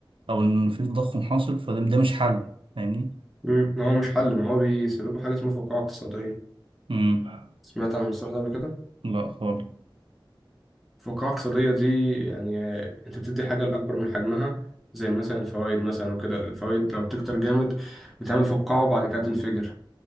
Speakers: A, on the right; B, in the centre.
A: أو إن في تضخم حاصل فده ده مش حل فاهمني؟
B: مم. ما هو مش حل ما هو بيسببه حاجة اسمها فقاعة اقتصادية
A: امم
B: سمعت عن المصطلح ده قبل كده
A: لا خالص
B: الفقاعة الاقتصادية دي يعني آه، انت بتدي حاجة لأكبر من حجمها زي مثلا الفوائد مثلا وكده الفوائد لو بتكتر جامد بتعمل فقاعة وبعد كده تنفجر